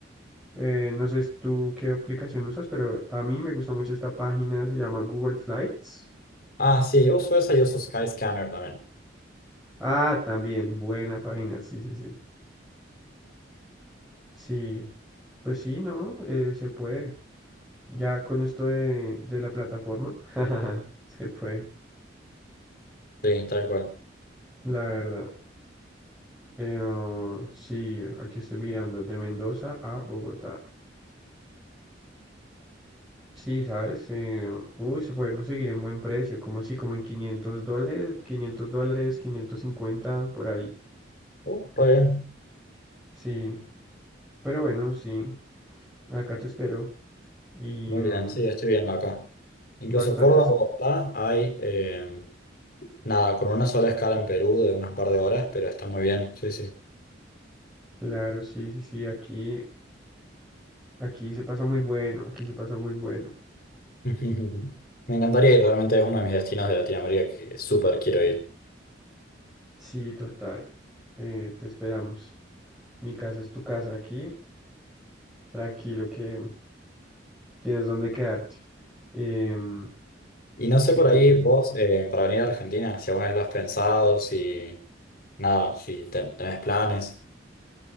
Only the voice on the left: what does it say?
Ah, sí, uso esa y uso Skyscanner también.
Sí, tal cual.
Oh, muy bien.
Muy
bien, sí, estoy viendo acá. Incluso
Córdoba, Bogotá, hay eh, nada, con una sola escala en Perú de unas par de horas, pero está muy bien. Sí, sí.
<laughs> Me encantaría ir, realmente es uno de mis destinos de Latinoamérica que súper quiero ir.
Y no sé
por
ahí vos, eh, para venir a Argentina, si alguna vez lo has pensado, si nada, si ten- tenés planes.